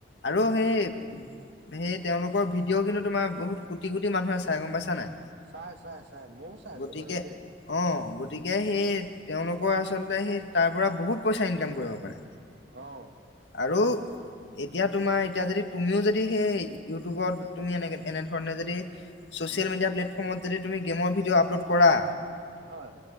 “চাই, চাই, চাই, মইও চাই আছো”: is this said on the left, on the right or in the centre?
Right